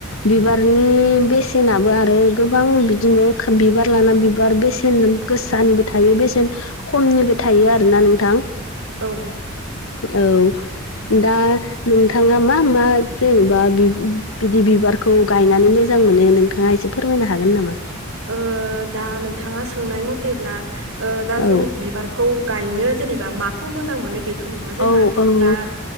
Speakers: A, on the left; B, on the right.
A: बिबारनि बेसेनाबो आरो गोबां बिदिनो बिबार लाना बिबार बेसेन गोसानिबो थायो बेसेन खमनिबो थायो आरोना नोंथां।
B: औ
A: औ दा नोंथाङा मा मा जेनेबा बि बिदि बिबारखौ गायनानै मोजां मोनो नोंथाङा एसे फोरमायनो हागोन नामा?
B: ओ दा नोंथाङा सोंनाय मथेब्ला दा ओ
A: औ
B: जों बिबारखौ गायनो जेनेबा माखौ मोजां मोनो बेथ' नङा जोंहा
A: औ औ
B: दा